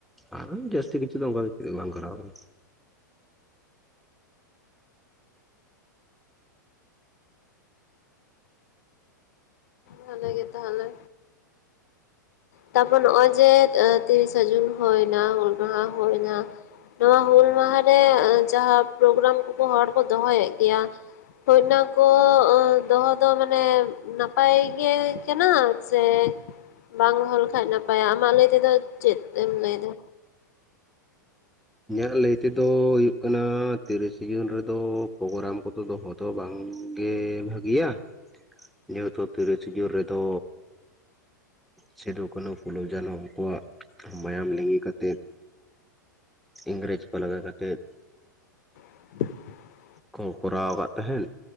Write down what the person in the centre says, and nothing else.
ᱟᱨ ᱡᱟᱹᱥᱛᱤ ᱠᱤᱪᱷᱩ ᱫᱚ ᱚᱱᱠᱟ ᱫᱚ ᱪᱮᱫ ᱵᱟᱝ ᱠᱚᱨᱟᱣ ᱟᱠᱟᱱᱟ᱾
ᱤᱧᱟᱹᱜ ᱞᱟᱹᱭ ᱛᱮᱫᱚ ᱦᱩᱭᱩᱜ ᱠᱟᱱᱟ ᱛᱤᱨᱤᱥᱮ ᱡᱩᱱ ᱨᱮᱫᱚ ᱯᱨᱳᱜᱨᱟᱢ ᱠᱚ ᱫᱚ ᱫᱚᱦᱚᱧ ᱛᱚ ᱵᱟᱝ ᱜᱮ ᱵᱷᱟᱹᱜᱤᱭᱟ ᱡᱮᱦᱩᱛᱚ ᱛᱤᱨᱤᱥᱤ ᱡᱚᱱ ᱨᱮ ᱫᱚᱼᱼ ᱥᱤᱫᱩ ᱠᱟᱱᱩ ᱯᱷᱩᱞᱩ ᱡᱟᱱᱚ ᱩᱱᱠᱩᱣᱟᱜ ᱢᱟᱭᱟᱢ ᱞᱤᱸᱜᱤ ᱠᱟᱛᱮᱫ ᱤᱝᱨᱮᱡᱽ ᱠᱚ ᱞᱟᱜᱟ ᱠᱟᱛᱮᱫᱼᱼ
ᱠᱚ ᱠᱚᱨᱟᱣ ᱟᱠᱟᱫ ᱛᱟᱦᱮᱸᱫ